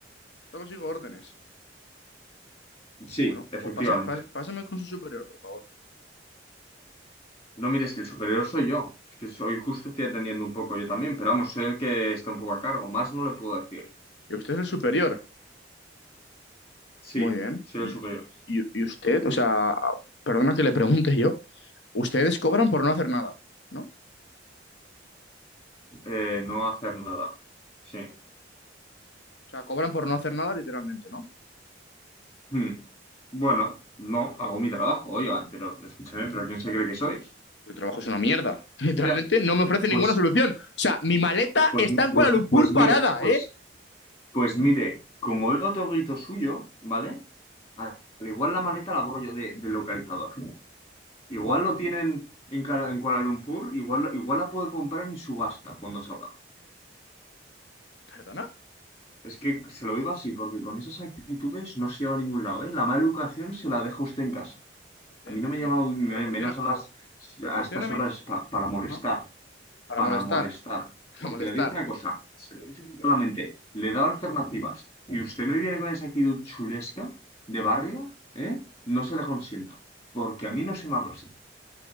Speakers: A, on the left; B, on the left.
A: Solo sigo órdenes.
B: Sí,
A: Bueno,
B: efectivamente.
A: pues pase- pas- pásame con su superior, por favor.
B: No mire es que el superior soy yo. Es que soy justo, estoy atendiendo un poco yo también, pero vamos, soy el que está un poco a cargo. Más no le puedo decir.
A: ¿Y usted es el superior?
B: Sí,
A: Muy bien.
B: soy
A: ¿Y,
B: el superior.
A: y- y- y usted? O sea, perdona que le pregunte yo. Ustedes cobran por no hacer nada, ¿no? O
B: Eh, no hacer nada. Sí.
A: sea, cobran por no hacer nada literalmente, ¿no?
B: Hmm. Bueno, no, hago mi trabajo, oigan, pero escúchame, pero ¿quién se cree que soy?
A: Mi trabajo es una mierda. <laughs> Literalmente
B: Mira,
A: no me ofrece
B: pues,
A: ninguna solución. O sea, mi maleta
B: pues,
A: está en
B: pues,
A: Kuala Lumpur
B: pues
A: parada,
B: mire, pues.
A: ¿eh?
B: Pues mire, como oigo otro grito suyo, ¿vale? Al igual la maleta la borro yo de, del localizador. Igual lo tienen en, Kuala- en Kuala Lumpur, igual, igual la puedo comprar en subasta cuando salga.
A: ¿Perdona?
B: Es que se lo digo así, porque con esas actitudes no se lleva a ningún lado, ¿eh? La mala educación se la deja usted en casa.
A: Usted
B: A mí no
A: me,
B: me
A: me
B: llama un- me-
A: proporciona,
B: menos a
A: pro-
B: las
A: proporcióname,
B: a estas horas pa- para molestar.
A: ajá, para
B: para
A: molestar,
B: molestar.
A: <laughs>
B: Porque
A: para molestar.
B: le digo una cosa, se lo he dicho claramente, le he dado alternativas y usted me viene con esa actitud chulesca de barrio, ¿eh? No se la consiento, porque a mí no se me habla así.